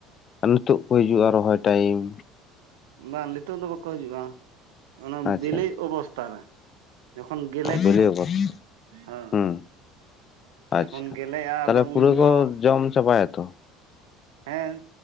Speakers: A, on the left; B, on the right.
A: ᱟᱨ ᱱᱤᱛᱳᱜ ᱠᱚ ᱦᱤᱡᱩᱜ-ᱟ ᱨᱚᱦᱚᱭ ᱴᱟᱭᱤᱢ?
B: ᱵᱟᱝ ᱱᱤᱛᱳᱜ ᱫᱚ ᱵᱟᱠᱚ ᱦᱤᱡᱩᱜ-ᱟ ᱚᱱᱟ
A: ᱟᱪᱪᱷᱟ
B: ᱵᱤᱞᱤᱜ ᱚᱵᱚᱥᱛᱟ ᱨᱮ᱾ ᱡᱚᱠᱷᱚᱱ ᱜᱮᱞᱮ
A: ᱵᱤᱞᱤ
B: ᱠᱚᱜ-ᱟ
A: ᱚᱵᱚᱥ
B: ᱦᱮᱸ᱾
A: ᱦᱩᱸ
B: ᱡᱚᱠᱷᱚᱱ
A: ᱟᱪᱪᱷᱟ
B: ᱜᱮᱞᱮᱜ-ᱟ
A: ᱛᱟᱦᱚᱞᱮ
B: ᱟᱫᱚ
A: ᱯᱩᱨᱟᱹ
B: ᱩᱱᱫᱚ
A: ᱠᱚ ᱡᱚᱢ ᱪᱟᱵᱟᱭᱟᱛᱚ
B: ᱦᱮᱸ